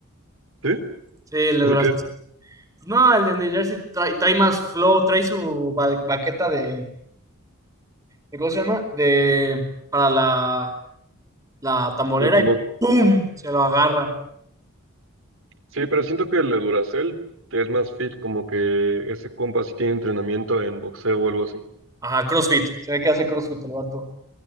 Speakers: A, on the right; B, on the right.
A: ¿Sí?
B: Sí, el de
A: ¿Por
B: Duracell.
A: qué?
B: No, el de Energizer trae, trae más flow, trae su ba- baqueta de ¿Y cómo se llama? De, para la, la tamborera
A: De tambor.
B: y ¡pum! Se lo agarra.
A: Sí, pero siento que el de Duracell es más fit, como que ese compa sí tiene entrenamiento en boxeo o algo así.
B: Ajá, CrossFit. Se ve que hace CrossFit el vato.